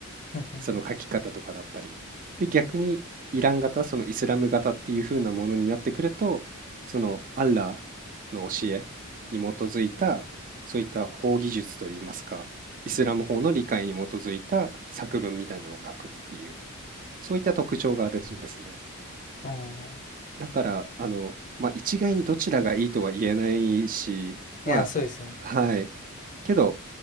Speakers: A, on the left; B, on the right.
A: うんうん
B: その書き方とかだったり。で、逆にイラン型、そのイスラム型っていう風なものになってくると、そのアッラーの教えに基づいた、そういった法技術といいますか、イスラム法の理解に基づいた作文みたいなのを書くっていう、そういった特徴があるらしいですね。
A: うん。ああ。
B: だから、あの、まあ、一概にどちらがいいとは言えないし、ま
A: いや、そうですよね。
B: あ、はい。けど、